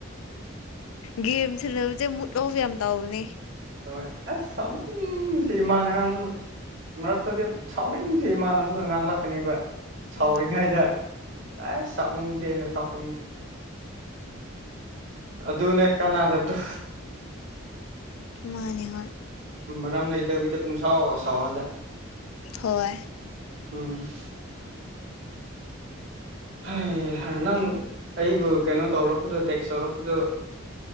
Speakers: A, on the left (about 90°); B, on the right (about 65°).
A: ꯒꯦꯝ ꯁꯥꯟꯅꯕꯁꯦ ꯃꯨꯠ ꯑꯣꯐ ꯌꯥꯝ ꯇꯥꯎꯕꯅꯦ
B: ꯍꯣꯏ ꯑꯁ ꯁꯥꯎꯅꯤꯡ ꯅꯤꯡꯕꯁꯦ ꯏꯃꯥꯅ ꯉꯥꯡꯕ ꯃꯔꯛꯇꯗꯤ ꯁꯥꯎꯅꯤꯡꯕꯁꯦ ꯏꯃꯥꯅ ꯑꯃꯨꯛꯒ ꯉꯥꯡꯂꯛꯀꯅꯦꯕ ꯁꯥꯎꯔꯤꯉꯩꯗ
A: ꯎꯝ
B: ꯑꯩꯁ ꯁꯥꯎꯅꯤꯡꯁꯦꯅꯦ ꯁꯥꯎꯅꯤꯡꯁꯦ ꯑꯗꯨꯅꯦ ꯀꯅꯗꯕꯗꯣ
A: ꯃꯥꯅꯦ ꯍꯣꯏ
B: ꯃꯔꯝ ꯂꯩꯇꯕꯤꯗ ꯄꯨꯡꯁꯥꯎ ꯁꯥꯎꯍꯜꯂꯦ
A: ꯍꯣꯏ
B: ꯎꯝ <inaudible> ꯅꯪ ꯑꯩꯕꯨ ꯀꯩꯅꯣ ꯇꯧꯔꯛꯄꯗꯣ ꯇꯦꯛꯁ ꯇꯧꯔꯛꯄꯗꯣ